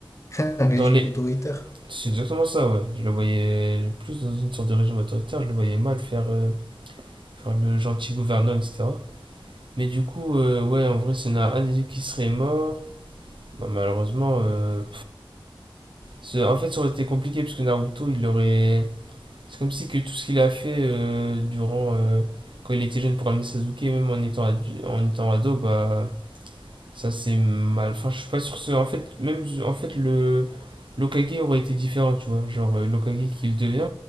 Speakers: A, on the left (about 35°); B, on the right (about 70°).
A: <laughs> Un
B: dans
A: régime
B: les.
A: autoritaire.
B: C'est exactement ça, ouais. Je le voyais plus dans une sorte de régime autoritaire, je le voyais mal faire, euh, faire le gentil gouverneur, etc. Mais du coup, euh, ouais, en vrai, s'il y en a un des deux qui serait mort, bah, malheureusement, euh, c'est- en fait, ça aurait été compliqué parce que Naruto, il aurait. C'est comme si que tout ce qu'il a fait euh, durant. euh, quand il était jeune pour amener Sasuke, même en étant, adu- en étant ado, bah. Ça, c'est mal. Enfin, je suis pas sûr que. ce- En fait, même. En fait, le. L'Okage aurait été différent, tu vois. Genre, euh, l'Okage qu'il devient,